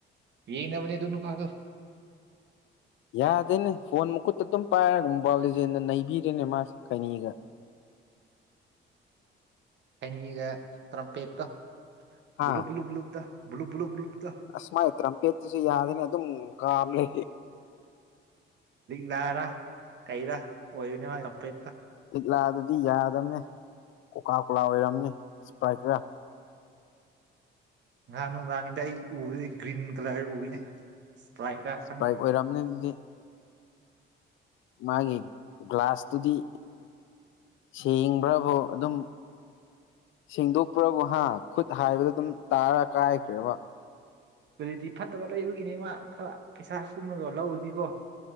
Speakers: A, on the right (about 65°); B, on the left (about 75°).
A: ꯌꯦꯡꯅꯥꯕꯅꯦ ꯑꯗꯨ ꯅꯨꯄꯥꯗꯣ
B: ꯌꯥꯗꯦꯅꯦ ꯐꯣꯟ ꯃꯈꯨꯠꯇ ꯑꯗꯨꯝ ꯄꯥꯏꯔꯒꯥ ꯃꯣꯕꯥꯎꯜ ꯂꯤꯖꯦꯟꯅ ꯅꯩꯕꯤꯔꯦꯅꯦ ꯃꯥꯁꯦ ꯈꯩꯅꯤꯒꯥ
A: <inaudible> ꯑꯩꯅꯤꯒ ꯇꯔꯝꯄꯦꯠꯇꯣ <unintelligible>
B: ꯍꯥ
A: <unintelligible>
B: ꯑꯁ ꯃꯥꯒꯤ ꯇ꯭ꯔꯝꯄꯦꯠꯇꯁꯨ ꯌꯥꯗꯦꯅꯦ ꯑꯗꯨꯝ ꯀꯥꯝꯃꯦ
A: ꯂꯥꯔꯥ ꯀꯩꯔꯥ ꯑꯣꯏꯕꯅꯦ ꯃꯥꯒꯤ ꯀꯝꯄ꯭ꯂꯦꯠꯇꯣ
B: ꯂꯥꯗꯗꯤ ꯌꯥꯗꯝꯅꯦ ꯀꯣꯀꯥ ꯀꯣꯂꯥ ꯑꯣꯏꯔꯝꯅꯤ ꯁꯤꯄꯥꯏ ꯈꯔꯥ
A: ꯉꯍꯥꯟ ꯅꯨꯡꯗꯥꯡꯗꯥ ꯑꯩ ꯎꯕꯗꯤ ꯒ꯭ꯔꯤꯟ ꯀꯥꯂꯔ ꯕꯨ ꯎꯏꯅꯦ ꯏꯁꯄ꯭ꯔꯥꯏꯠꯔꯥ
B: ꯏꯁꯄ꯭ꯔꯥꯏꯠ
A: ꯈꯪꯗꯦ
B: ꯑꯣꯏꯔꯝꯅꯤ ꯑꯗꯨꯗꯤ ꯃꯥꯒꯤ ꯒ꯭ꯂꯥꯁꯇꯨꯗꯤ ꯁꯦꯡꯕ꯭ꯔꯕꯨ ꯑꯗꯨꯝ ꯁꯦꯡꯗꯣꯛꯄ꯭ꯔꯥꯕꯨ ꯍꯥ ꯈꯨꯠ ꯍꯥꯏꯕꯗ ꯑꯗꯨꯝ ꯇꯥꯔ ꯀꯥꯏꯈ꯭ꯔꯦꯕꯥ
A: ꯑꯗꯨꯗꯤ ꯐꯠꯇꯕ ꯂꯩꯕꯒꯤꯅꯦ ꯃꯥ ꯈꯔ ꯄꯩꯁꯥ ꯀꯨꯝꯃꯒꯥ ꯂꯧꯔꯥꯗꯤꯀꯣ